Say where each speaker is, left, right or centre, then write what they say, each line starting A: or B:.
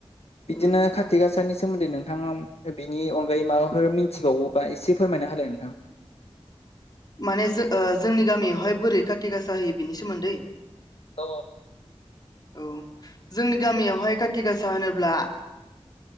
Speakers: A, on the left (about 70°); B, on the left (about 40°).
A: बिदिनो
B: ओं
A: कार्तिक गासानि सोमोन्दै नोंथाङा बिनि अनगायै माबाफोर मिथिबावोबा एसे फोरमायना होलाय नोंथां
B: माने जों ओ जोंनि गामियावहाय बोरै खाथ थि गासा होयो बिनि सोमोन्दै
A: औ
B: औ जोंनि गामियावहाय खाथि गासा होनोब्ला